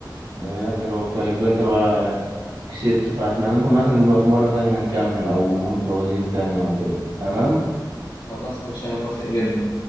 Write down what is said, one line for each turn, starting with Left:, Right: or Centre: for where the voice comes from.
Right: يعني أنت جاوبتها يبقى أنت بقى كسبت فاحنا ممكن مثلا نبقى في مرة تانية نكمل أو نقول فوازير تانية أو كده تمام
Left: خلاص ماشي انا موافق جدا